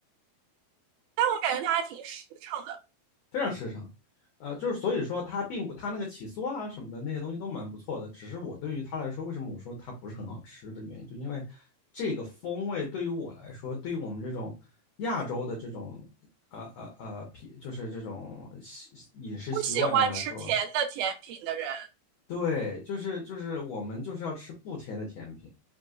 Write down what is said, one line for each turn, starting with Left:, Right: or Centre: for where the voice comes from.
Right: 但我感觉它还挺实诚的，
Left: 非常时尚。呃，就是所以说它并不，它那个起酥啊什么的那些东西都蛮不错的。只是我对于它来说，为什么我说它不是很好吃的原因，就因为这个风味对于我来说，对于我们这种亚洲的这种呃呃呃就是这种习饮食习惯的人来说，
Right: 不喜欢吃甜的甜品的人。
Left: 对，就是就是我们就是要吃不甜的甜品。